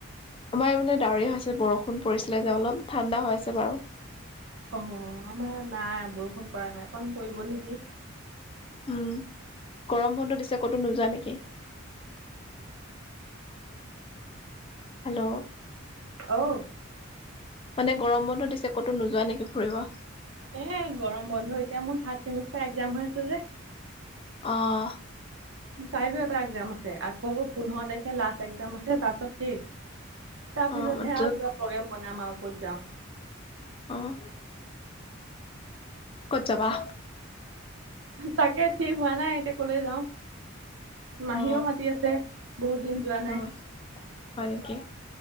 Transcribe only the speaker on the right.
অ, আমাৰ ইয়াত নাই বৰষুণ কৰা নাই, অকণ পৰিব নেকি।
অও,
এ গৰম বন্ধ এতিয়া মোৰ থাৰ্ড চেমিষ্টাৰ একজাম হৈ আছিল যে।
কাইলৈ এটা একজাম আছে, আকৌ পোন্ধৰ তাৰিখে লাষ্ট একজাম আছে তাৰপিছত শেষ। তাৰ
পিছতহে
আৰু কিবা প্ৰগ্ৰেম বনাম আৰু ক'ত যাওঁ।
তাকে ঠিক হোৱা নাই এতিয়া কলে যাওঁ। মাহীও
মাতি আছে বহুত দিন যোৱা নাই।